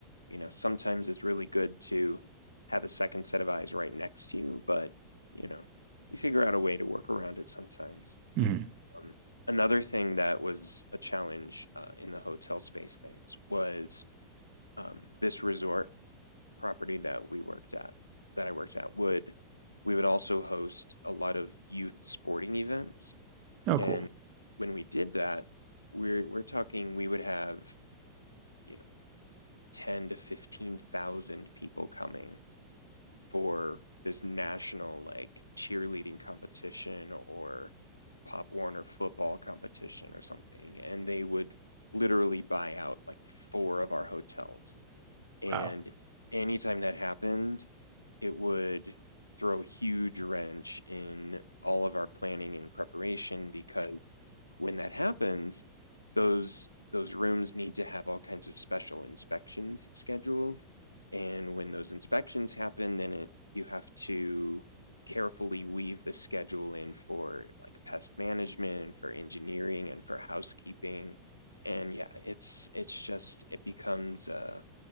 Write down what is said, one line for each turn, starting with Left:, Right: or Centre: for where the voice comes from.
Left: you know sometimes it's really good to have a second set of eyes right next to you, but you know you figure out a way to work around it sometimes.
Right: Mhm.
Left: Um, another thing that was a challenge uh, in the hotel space things was um, this resort property that we worked at that I worked at would we would also host a lot of youth sporting events.
Right: Oh,
Left: And
Right: cool.
Left: when we did that, we're we're talking we would have, you know, 10 to 15,000 people coming for this national like cheerleading competition or Pop Warner football competition or something, and they would literally buy out like four of our hotels and
Right: Wow.
Left: anytime that happened, it would throw a huge wrench in all of our planning and preparation because when that happens, those those rooms need to have all kinds of special inspections scheduled. And when those inspections happen, then it you have to carefully weave the schedule in for like pest management, for engineering, and for housekeeping. And yeah, it's it's just it becomes uh